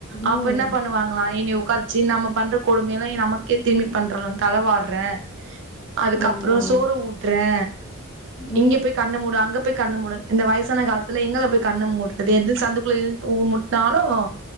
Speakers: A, on the right; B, on the left.
A: அப்ப
B: ம்
A: என்ன பண்ணுவாங்களா இனி உக்கார சி நம்ம பண்ற கொடுமையெல்லா இ நமக்கே திரும்பி பண்றலங் தலவார்றே அதுக்கப்பறோ
B: ஆமா
A: சோறு ஊட்றே
B: <unintelligible>
A: இங்க போய் கண்ண மூடு அங்க போய் கண்ண மூடுன் இந்த வயசான காலத்துல எங்கள போய் கண்ண மூடுற அது எதுவும் சந்துக்குள்ள இழ் தலவா